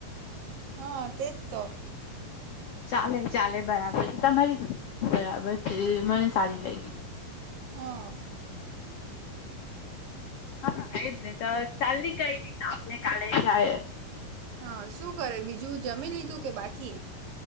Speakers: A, on the right; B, on the left.
A: હા તે જ તો.
B: ચાલે ચાલે બરાબર છે તમારી બરાબર છે મને સારી લાગી.
A: હા.
B: હા એ જ નહી તો ચાલની કઈ નહી આપને કાલે જાએ.
A: હા શું કરે બીજું જમી લીધું કે બાકી.